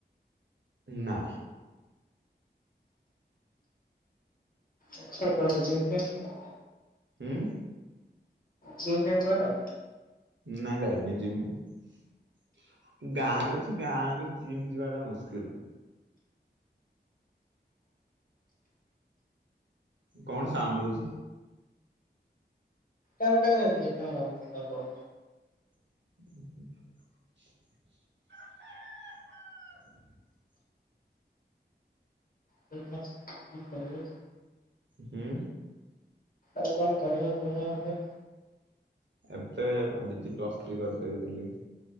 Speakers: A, on the right; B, on the left.
A: ନା।
B: ଆଚ୍ଛା ତାହେଲେ <unintelligible>
A: ହୁଁ।
B: ଜିମ ଫିମ୍ ହୁଏ ତ।
A: ନାଇଁ ଯାଇନି ଜିମ ଗାଁରେ ଅଛି ଗାଁରେ ଜିମ୍ ଯିବା ଟା ମୁସ୍କିଲ। କଣ ସାଉଣ୍ଡ ହଉଛି?
B: ଏଟା ଗୋଟେ ଇଏଟା ବାପ।
A: ହ।
B: ହ <unintelligible> ହଁ କ <unintelligible>
A: ହୁଁ
B: ଆଉ କଣ କରିବା କୁହ ଏବେ।
A: ଏବେ ଭାବିଛି ପ୍ଲସ୍ ଥ୍ରୀ କରିଦେବି ବୋଲି।